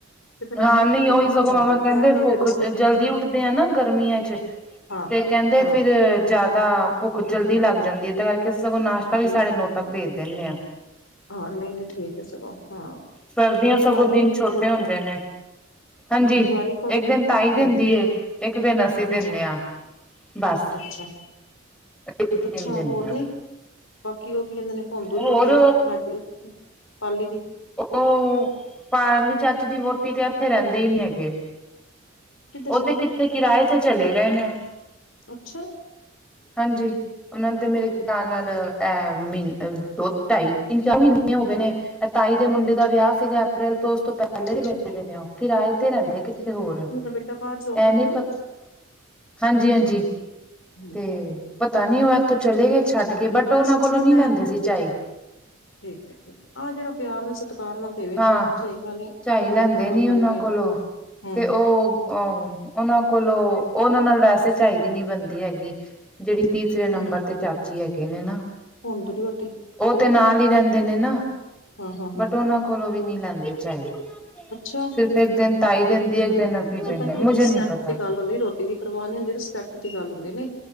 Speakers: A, on the left; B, in the centre.
A: ਤੇ ਫੇਰ ਲੱਗ
B: ਹਾਂ
A: ਲੱਗ
B: ਨਹੀਂ
A: ਕੇ ਭੁੱਖ
B: ਉਹੀ ਸਗੋਂ
A: ਮਰ ਜਾਂਦੀ
B: ਮਾਮਾ ਕਹਿੰਦੇ
A: ਟਾਈਮ ਨਾਲ
B: ਭੁੱਖ
A: ਦੇ ਦੋ ਸਗੋਂ ਠੀਕ
B: ਜਲਦੀ ਉੱਠਦੇ ਆ ਨਾ ਗਰਮੀਆਂ ਚ
A: ਹਾਂ
B: ਤੇ ਕਹਿੰਦੇ
A: ਹਾਂ
B: ਫਿਰ ਜਿਆਦਾ ਭੁੱਖ ਜਲਦੀ ਲੱਗ ਜਾਂਦੀ ਕਰਕੇ ਅਸੀਂ ਸਗੋਂ ਨਾਸ਼ਤਾ
A: ਲੱਗਦੀ
B: ਵੀ ਸਾਡੇ
A: ਲੱਗਦੀ
B: ਨੂੰ ਤੱਕ
A: ਹਾਂ
B: ਭੇਜ ਦਿੰਦੇ ਹਾਂ
A: ਹਾਂ ਨਹੀਂ ਨਹੀਂ ਠੀਕ ਹੈ ਸਗੋਂ ਹਾਂ
B: ਸਰਦੀਆਂ
A: ਉਹੀ
B: ਸਗੋਂ
A: ਓ ਵਾਰੀਆਂ
B: ਦਿਨ
A: ਲੱਗ
B: ਛੋਟੇ
A: ਜਾ ਨੇ
B: ਹੁੰਦੇ
A: ਹਾਂ
B: ਹਾਂਜੀ
A: ਹੂੰ ਵਾਰੀ ਅਕੋਰਡਿੰਗ
B: ਇੱਕ ਦਿਨ ਤਾਈ
A: ਹੂੰ
B: ਦਿੰਦੀ ਇੱਕ ਦਿਨ ਅਸੀਂ ਦਿੰਦੇ
A: ਅੱਛਾ
B: ਹਾਂ ਬਸ
A: ਅੱਛਾ
B: ਇੱਕ ਇੱਕ
A: ਅੱਛਾ
B: ਦਿਨ ਦਿੰਦੇ
A: ਹੋਰ
B: ਹਾਂ
A: ਨੀ ਬਾਕੀ ਉਹ ਕੀ ਕਹਿੰਦੇ ਨੇ ਭੌਦੂ ਦੀ
B: ਹੋਰ
A: ਵੂਟੀ ਲਾਡੀ ਪੈਲੇ ਦੀ
B: ਉਹ ਪਾਲਲੀ ਚਾਚੇ ਦੀ ਵਹੁਟੀ ਤੇ ਇੱਥੇ ਰਹਿੰਦੇ ਹੀ ਨੀ ਹੈਗੇ
A: ਕਿੱਧਰ ਚਲੇ
B: ਉਹ ਤੇ
A: ਗਏ
B: ਕਿੱਥੇ ਕਿਰਾਏ ਤੇ ਚਲੇ ਗਏ ਨੇ
A: ਅੱਛਾ
B: ਹਾਂਜੀ ਉਹਨਾਂ ਤੇ ਮੇਰੇ
A: ਠੀਕ
B: ਖਿਆਲ
A: ਹੈ
B: ਨਾਲ ਅਹ ਮਹੀ ਦੋ ਢਾਈ ਤਿੰਨ ਚਾਰ ਮਹੀਨੇ ਹੋ ਗਏ ਨੇ ਤਾਈ ਦੇ ਮੁੰਡੇ
A: ਅੱਛਾ
B: ਦਾ ਵਿਆਹ ਸੀਗਾ ਅਪ੍ਰੈਲ ਤੋਂ ਉਸ ਤੋਂ ਪਹਿਲੇ
A: ਅੱਛਾ ਅੱਛਾ
B: ਵੇਚਦੇ
A: ਠੀਕ
B: ਨੇ ਉਹ ਕਿਰਾਏ ਤੇ ਰਹਿੰਦੇ
A: ਠੀਕ
B: ਕਿਥੇ ਹੋਰ
A: ਉਹਨਾਂ ਦਾ ਬੇਟਾ ਬਾਹਰ ਜੋਬ
B: ਇਹ
A: ਕਰਦਾ
B: ਨੀ ਪਤਾ
A: ਨਾ
B: ਹਾਂਜੀ ਹਾਂਜੀ
A: ਹੂੰ
B: ਤੇ
A: ਠੀਕ ਹੈ
B: ਪਤਾ ਨੀ ਹੋ ਇਥੋਂ ਚਲੇ ਗਏ ਛੱਡ ਕੇ ਬਟ ਉਹਨਾਂ
A: ਅਸਲ
B: ਕੋਲੋਂ
A: ਚ ਨਾ
B: ਨੀ
A: ਮੈਂ
B: ਲੈਂਂਦੇ ਸੀ ਚਾਈ
A: ਠੀਕ ਠੀਕ ਆਹ ਜਦੋਂ ਪਿਆਰ ਨਾ ਸਤਿਕਾਰ ਨਾਲ ਦੇਵੇ
B: ਹਾਂ
A: ਤੇ ਸਹੀ ਗੱਲ ਹੈ
B: ਚਾਈ
A: ਉਹਨਾਂ
B: ਲੈਂਦੇ
A: ਕੋਈ ਪ੍ਰਭਾਵ
B: ਨੀ
A: ਥੋੜ੍ਹੀ
B: ਉਹਨਾਂ
A: ਪਏ
B: ਕੋਲੋਂ
A: ਹੂੰ
B: ਤੇ ਉਹ ਉਹ ਉਹਨਾਂ ਕੋਲੋਂ ਉਹਨਾਂ ਨਾਲ ਵੈਸੇ ਚਾਹੀਦੀ, ਨੀ ਬਣਦੀ ਹੈਗੀ। ਜਿਹੜੀ ਤੀਸਰੇ ਨੰਬਰ
A: ਹੂੰ
B: ਤੇ ਚਾਚੀ ਹੈਗੇ ਨੇ ਨਾ,
A: ਭੌਂਦੂ ਦੀ ਵਹੁਟੀ
B: ਉਹ ਤੇ ਨਾਲ ਹੀ ਰਹਿੰਦੇ ਨੇ ਨਾ
A: ਹਾਂ ਹਾਂ ਹਾਂ
B: ਬਟ ਉਹਨਾਂ ਕੋਲੋਂ ਵੀ ਨਹੀਂ ਲੈਂਦੇ ਚਾਹੀ
A: ਅੱਛਾ।
B: ਸਿਰਫ ਇੱਕ ਦਿਨ ਤਾਈ ਦਿੰਦੀ, ਇੱਕ ਦਿਨ ਅਸੀਂ ਦਿੰਦੇ
A: ਪਤਾ ਕੀ
B: ਮੁਝੇ
A: ਰਿਸਪੈਕਟ
B: ਨਹੀਂ ਪਤਾ
A: ਦੀ ਗੱਲ ਹੁੰਦੀ ਰੋਟੀ ਦੀ ਪਰਵਾਹ ਨਹੀਂ ਹੁੰਦੀ, ਰਿਸਪੈਕਟ ਦੀ ਗੱਲ ਹੁੰਦੀ ਨਹੀਂ।